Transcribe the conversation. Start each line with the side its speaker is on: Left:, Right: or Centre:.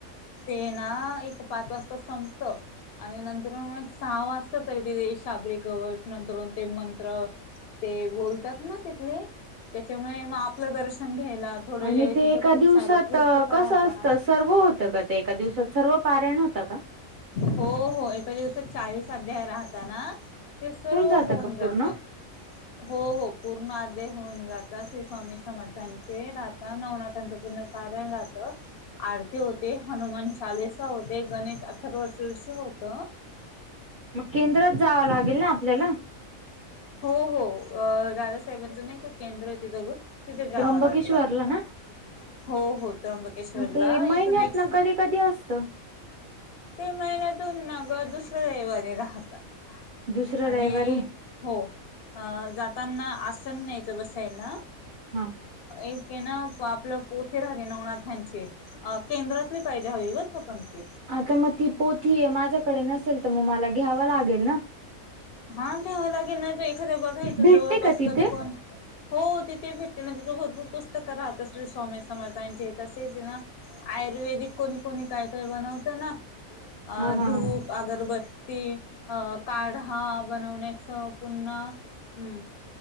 Left: ते ना एक पाच वाजता संपत आणि नंतर एक सहा वाजता तरी ते शाबरीे कवट नंतर ते मंत्र ते बोलतात ना तिथले त्याच्यामुळे मग आपलं दर्शन घ्यायला थोडं
Right: आणि
Left: जे
Right: ते
Left: तिथं
Right: एका
Left: खूप
Right: दिवसांत
Left: सारं पुस्तकं
Right: कसं
Left: राहता
Right: असतं सर्व होतं कां ते एका दिवसांत सर्व पारांयण होत कां
Left: हो हो एका दिवसांत चाळीस अध्याय राहता नां ते सर्व
Right: जातं
Left: होऊन
Right: का
Left: जातं
Right: पूर्ण
Left: हो हो पूर्ण आदय होऊन जात श्री स्वामी समर्थांचे राहात नवनाथांचं पूर्ण पण राहत आरती होते हनुमान चालीसा होते गणेश अठरा वर्षष होत
Right: मग केंद्रात जावं लागेल ना आपल्याला
Left: हो हो दादासाहेबांचं नाही का केंद्र आहे ते दघून तिथे जावं
Right: त्र्यंबकेश्वरला
Left: लागेल आपल्याला
Right: ना
Left: हो हो त्र्यंबकेश्वर
Right: ते
Left: ला
Right: महिन्यात
Left: इथून एक्स
Right: ना कधी कधी असतं
Left: ते महिन्यातून नग दुसऱ्या रैवने राहता
Right: दुसरं
Left: आणि
Right: रविवारी
Left: हो जाताना आसन नाहीयचं बसायला
Right: हा
Left: एक क ना आपलं पोथ राहते नवनाथांचे केंद्रातली पाहिजे हवी बर का पण ते
Right: आता मग ती पोथी माझ्याकडे नसेल तर मग मला घ्यावं लागेल ना
Left: हां ठव लागेल नाहीत एखादं बघायचं
Right: भेटते
Left: जवळपास
Right: का तिथे
Left: कधी कोण हो तिथे भेटते नां तिथं भरंपूर पुस्तकं राहा असतील स्वामी समर्थांचे तेसेच हे नां आयुर्वेदिक कोणी कोणी कायं कायं बनवत नां अ
Right: हा हा
Left: धूप अगरबत्ती अ काढ हां बनवण्यांच पुन्हा हम्मं.